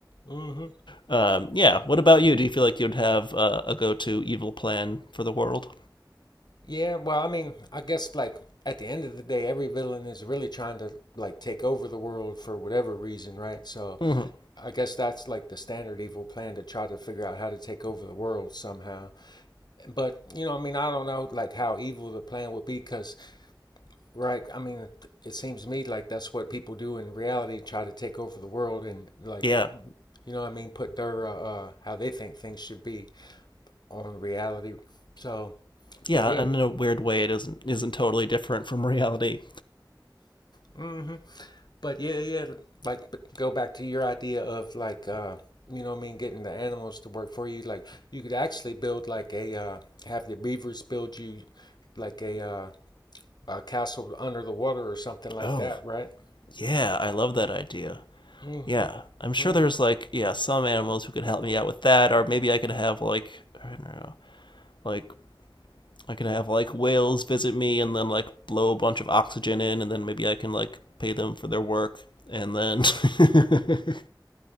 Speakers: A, on the left; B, on the left.
A: Mm-hmm.
B: Um, yeah. What about you? Do you feel like you'd have uh, a go-to evil plan for the world?
A: Yeah, well, I mean, I guess like at the end of the day, every villain is really trying to like take over the world for whatever reason, right? So
B: hmm
A: I guess that's like the standard evil plan to try to figure out how to take over the world somehow. But, you know, I mean, I don't know like how evil the plan would be because, right, I mean, it, it seems to me like that's what people do in reality try to take over the world and like,
B: Yeah.
A: you know what I mean, put their, uh, uh, how they think things should be on reality. So,
B: yeah,
A: but yeah.
B: and in a weird way, it isn't isn't totally different from reality.
A: <laughs> But yeah, yeah, like go back to your idea of like uh, you know what I mean, getting the animals to work for you. Like you could actually build like a uh, have the beavers build you like a uh, a castle under the water or something like
B: Oh,
A: that, right?
B: yeah, I love that idea.
A: Mm-hmm.
B: Yeah, I'm sure
A: Mm-hmm.
B: there's like yeah some animals who could help me out with that, or maybe I could have like I don't know, like I could have like whales visit me and then like blow a bunch of oxygen in, and then maybe I can like pay them for their work, and then <laughs>